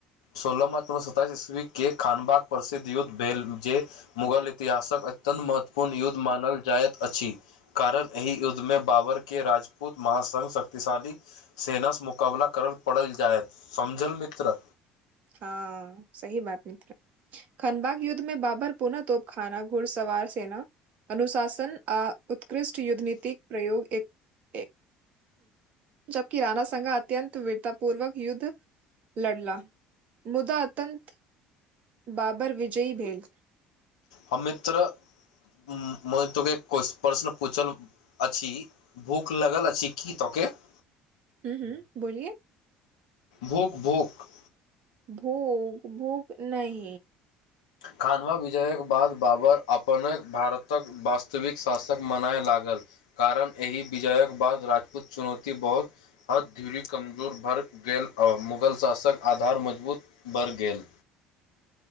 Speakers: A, on the left; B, on the right.
A: सोलह मार्च उन्नैस सौ सताइस ईस्वी के खानबाक परसिद्ध युद्ध भेल जे मुगल इतिहासक अत्यन्त महत्वपूर्ण युद्ध मानल जाइत अछि कारण एहि युद्ध मे बाबर के राजपूत महासंघ शक्तिशाली सेना स मुकाबला करल पड़ल जायत समझल मित्र
B: हँ सही बात मित्र खनबाक युद्ध मे बाबर पुनः तोप खाना घुड़सवार सेना अनुशासन आ उत्कृष्ट युद्ध नीतिक प्रयोग एक एक जबकि राना संघा अत्यन्त वीरता पूर्वक युद्ध लड़ला मुदा अतंत बाबर विजयी भेल
A: हम मित्र <unintelligible> के प्रश्न पूछल अछि भूख लागल अछि की तोके <unintelligible>
B: हूँ हूँ <unintelligible>
A: भूक भूक
B: भूक भूक <unintelligible>
A: खानवा विजयक बाद बाबर अपने भारतक वास्तविक शासक मनाय लागल कारण एहि विजयक बाद राजपूत चुनौती बहुत हद ध्यरी कमजोर भरि गेल आओर मुगल शासक आधार मजबूत बढ़ि गेल